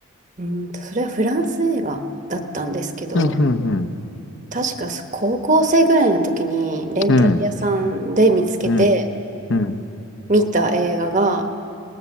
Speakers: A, on the right (about 35°); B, on the left (about 60°).
A: うーんと、それはフランス映画だったんですけど、
B: うん、うん、
A: 確か高校生ぐらいの時にレンタル屋さんで見つけて
B: うん。うん、うん。うん
A: 見た映画が、